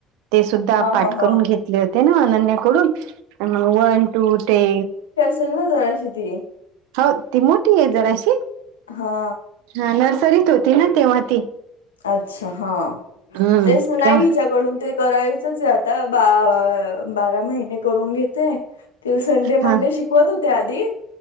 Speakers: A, on the right (about 65°); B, on the left (about 80°).
A: ते सुद्धा
B: हा
A: पाठ
B: हा हा
A: करून घेतले होते ना अनन्याकडून. आणि मग वन टू टे
B: चल ना जराशी ती
A: हो ती मोठी आहे जराशी,
B: हा
A: हा नर्सरीत होती ना तेव्हा ती.
B: अच्छा हा,
A: हम्म
B: तेच ना नाही
A: तेव्हा
B: हिच्याकडून. ते करायचच आहे आता, बा-बारा महिने करून घेते. तिलं संडे मंडे
A: हा
B: शिकवत होते आधी,